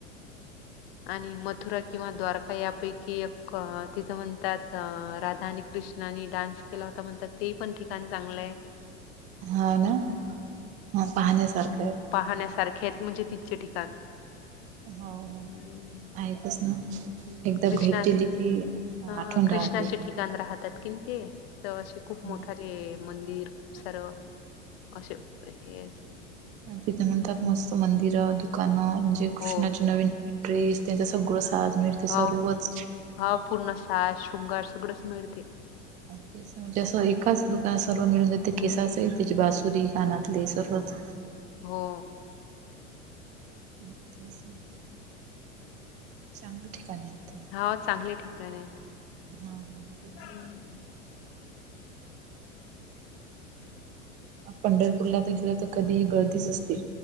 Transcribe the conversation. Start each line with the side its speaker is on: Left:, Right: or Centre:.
Right: <inaudible>
Left: आणि मथुरा किंवा द्वारका यापैकी एक तिथं म्हणतात राधानी कृष्णानी डान्स केला होता म्हणतात ते पण ठिकाण चांगलंय
Right: हा ना ह पाहण्यासारखं आहे.
Left: पाहण्यासारखे आहेत म्हणजे तिथचे ठिकाण.
Right: हो हो
Left: हम्म.
Right: आहेतच ना.
Left: हम्म
Right: एकदा
Left: कृष्णास
Right: भेट दिली की हा
Left: अ
Right: आठवण
Left: कृष्णाचे
Right: राहते.
Left: ठिकाण राहतात किनी ते तर असे खूप
Right: हा
Left: मोठाले मंदिर खूप सारं असे हे
Right: आणि तिथ म्हणतात मस्त मंदिरं, दुकानं म्हणजे कृष्णाची
Left: हो
Right: नवीन नवीन ड्रेस त्यांच सगळं साज मिळते सर्वच
Left: ह हा पूर्ण साज, शृंगार सगळंच मिळते.
Right: हा तेचं म्हणजे असं एकाच दुकानात सर्व मिळून जात केसाच, त्याचे बासुरी, कानातले सर्वच.
Left: हो.
Right: हा तेच ना चांगलं ठिकाण आहेत ते.
Left: हा चांगले ठिकाण आहेत.
Right: हा हा तेच
Left: हम्म.
Right: पंढरपूरला तर गेलं तर कधीही गर्दीच असते.